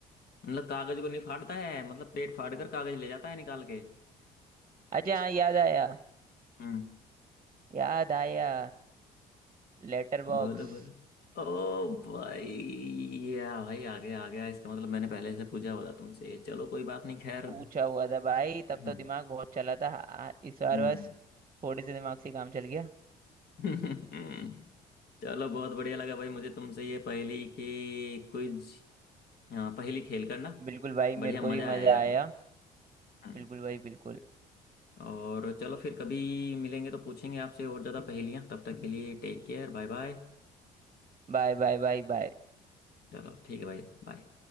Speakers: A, on the left; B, on the right.
A: मतलब कागज को नहीं फाड़ता है मतलब पेट फाड़ कर कागज ले जाता है निकाल के
B: अच्छा हाँ याद आया
A: हम्म
B: याद आया Letter box
A: बोलो बोलो ओ भाई या भाई आ गया आ गया इसका मतलब मैंने पहले से पूछा हुआ था तुमसे चलो कोई बात नहीं खैर
B: पूछा हुआ था भाई तब
A: हम्म
B: तो दिमाग बहुत चला था आ, इस बार
A: हम्म
B: बस थोड़े से दिमाग से ही काम चल गया
A: <laughs> चलो बहुत बढ़िया लगा भाई मुझे तुमसे ये पहेली की क्विज पहेली खेल करना
B: बिल्कुल भाई
A: बढ़िया
B: मेरे को
A: मजा
B: भी
A: आया
B: मजा
A: यार
B: आया
A: मुझे हम्म
B: बिल्कुल भाई बिल्कुल
A: और चलो फिर कभी मिलेंगे तो पूछेंगे आपसे और ज़्यादा पहेलियाँ तब तक के लिए टेक केयर बाय बाय
B: Bye bye bye bye
A: चलो ठीक है भाई बाय